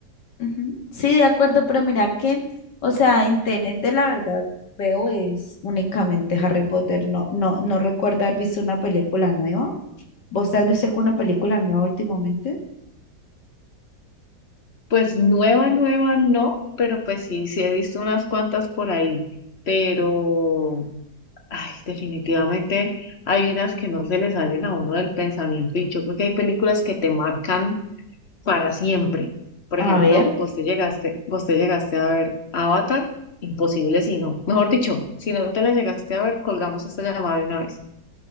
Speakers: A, on the left; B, on the left.
A: Ujú. Sí, de acuerdo, pero mira que, o sea, en T N T la verdad veo es únicamente Harry Potter. No, no, no recuerdo haber visto una película nueva. ¿Vos has visto alguna película nueva últimamente?
B: Pues nueva, nueva no, pero pues sí, sí he visto unas cuantas por ahí. Pero, ay, definitivamente hay unas que no se le salen a uno del pensamiento y yo creo que hay películas que te marcan para siempre. Por
A: A
B: ejemplo,
A: ver,
B: vos te llegaste, vos te llegaste a ver Avatar, imposible si no. Mejor dicho, si no te la llegaste a ver, colgamos esta llamada de una vez.